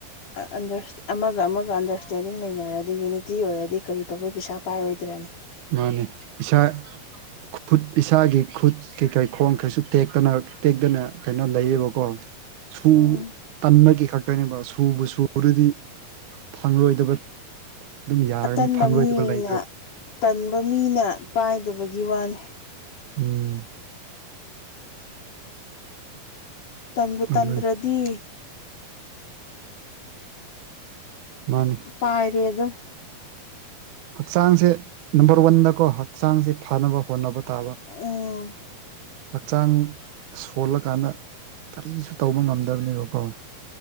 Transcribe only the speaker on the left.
ꯑꯥ ꯑꯟꯗꯔꯥꯁ ꯑꯃꯒ ꯑꯃꯒ ꯑꯟꯗꯔꯁꯇꯦꯟꯗꯤꯡ ꯂꯩꯅꯔꯗꯤ ꯌꯨꯅꯤꯇꯤ ꯑꯣꯏꯔꯗꯤ ꯀꯔꯤ ꯇꯧꯕꯩ ꯄꯩꯁꯥ ꯄꯥꯏꯔꯣꯏꯗ꯭ꯔꯅꯦ
ꯎꯝ
ꯑꯇꯟꯕ
ꯃꯤꯅ
ꯇꯟꯕ ꯃꯤꯅ ꯄꯥꯏꯗꯕꯒꯤ ꯋꯥꯅꯤ
ꯇꯟꯕꯨ
ꯇꯟꯗ꯭ꯔꯗꯤ
ꯄꯥꯏꯔꯤ ꯑꯗꯨꯝ
ꯎꯝ